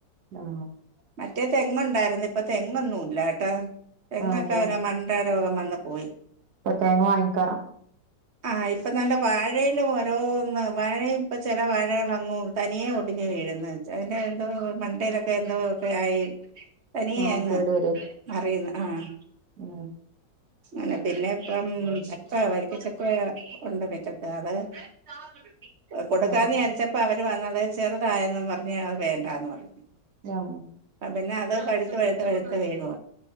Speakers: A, on the right; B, on the right.
A: ആഹ്
B: മറ്റേ തെങ്ങൊണ്ടായിരുന്നു ഇപ്പൊ തെങ്ങൊന്നും ഇല്ല കേട്ടോ തെങ്ങൊക്കെ
A: ആഹ് തേ
B: പിന്നെ മണ്ട ട്ടാ രോഗം വന്ന് പോയി
A: ഇപ്പ തേങ്ങ വാങ്ങിക്കാ
B: ആഹ് ഇപ്പ നല്ല വാഴേലും ഓരോന്ന് വാഴ ഇപ്പ ചില വാഴകൾ അങ്ങും തനിയെ ഒടിഞ്ഞ് വീഴ്ന്ന് ച അതിന്റെ എന്തോ മണ്ടേലൊക്കെ എന്തോക്കെ ആയി തനിയെ
A: ആഹ്
B: അങ്ങ്
A: കേട് വരെ
B: മറിയുന്ന് ആഹ്
A: ഉം
B: അങ്ങനെ പിന്നെ ഇപ്പം ചക്ക വരിക്കച്ചക്ക ഒണ്ട് മിറ്റത്ത് അത് <unintelligible> കൊടുക്കാന്ന്
A: ആഹ്
B: വിചാരിച്ചപ്പോ അവര് വന്നത് ചെറുതായെന്നും പറഞ്ഞ് അത് വേണ്ടാന്ന് പറഞ്ഞു
A: ജം
B: ഇപ്പ പിന്നെ അത് പഴുത്ത് പഴുത്ത് പഴുത്ത് വീഴുവാ